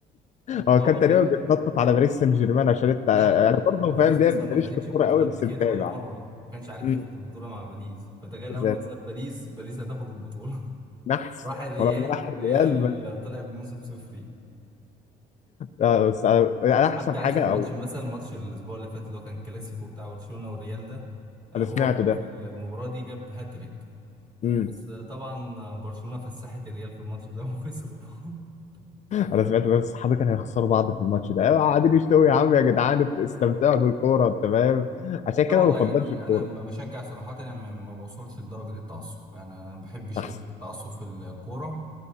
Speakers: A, on the right; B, on the left.
A: اللي
B: هو
A: هو
B: كان
A: ما خد...
B: تقريبا بيتنطط على باريس سان جيرمان عشان انت
A: لا
B: انا
A: و-
B: برضه
A: وباريس
B: فاهم ده
A: اصلا
B: ماليش
A: ما خدتش
B: في الكوره
A: البطوله
B: قوي
A: قبل
B: بس
A: كده
B: متابع
A: ولا مره ما كانش عارف
B: امم
A: ياخد البطوله مع باريس فتخيل
B: بالذات
A: اول ما ساب باريس باريس هتاخد البطوله
B: نحس
A: <laughs> راح الريال
B: ولما راح
A: الريال
B: الريال بس,
A: طلع بموسم صفري
B: آه، بس آه، احسن
A: حتى
B: حاجه
A: اخر ماتش
B: او
A: مثلا ماتش الاسبوع اللي فات اللي هو كان كلاسيكو بتاع برشلونه والريال ده آه،
B: انا
A: هو
B: سمعته
A: جاب
B: ده
A: في المباراه دي جاب هاتريك
B: امم
A: بس آه، طبعا برشلونه فسحت الريال في الماتش ده وخسروا <laughs>
B: انا سمعت بس صحابي كانوا هيخسروا بعض في الماتش ده أيوة، قاعدين يشتوا يا عم يا جدعان استمتعوا بالكوره انت فاهم عشان كده
A: لا والله
B: ما بفضلش
A: يعني
B: الكوره
A: انا ما بشجع صراحه انا ما ما بوصلش لدرجه التعصب يعني انا ما بحبش
B: احسن
A: التعصب في الكوره